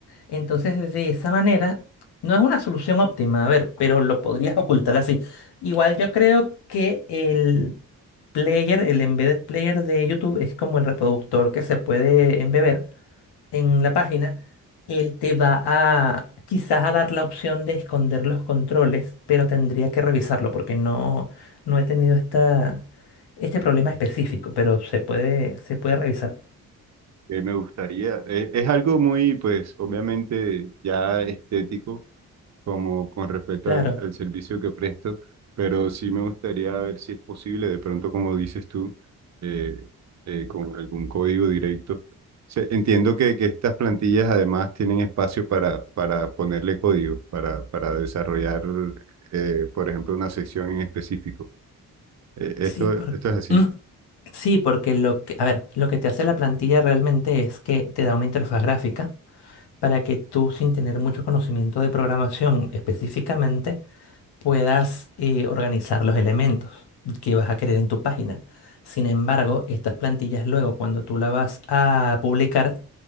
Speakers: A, on the left; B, on the right.
A: Entonces, de esa manera, no es una solución óptima, a ver, pero lo podrías ocultar así. Igual yo creo que el player, el embedded player de YouTube es como el reproductor que se puede embeber en la página, él te va a quizás a dar la opción de esconder los controles, pero tendría que revisarlo porque no, no he tenido esta, este problema específico, pero se puede, se puede revisar.
B: que me gustaría, es, es algo muy, pues, obviamente ya estético, como con respecto
A: Claro,
B: al, al servicio que presto, pero sí me gustaría ver si es posible, de pronto, como dices tú, eh, eh, con algún código directo. Se- entiendo que, que estas plantillas además tienen espacio para, para ponerle código, para, para desarrollar, eh, por ejemplo, una sección en específico. Eh, esto,
A: sí, por-
B: esto es así.
A: Mm, sí, porque lo que, a ver, lo que te hace la plantilla realmente es que te da una interfaz gráfica para que tú, sin tener mucho conocimiento de programación específicamente, puedas eh, organizar los elementos que vas a querer en tu página. Sin embargo, estas plantillas luego cuando tú las vas a publicar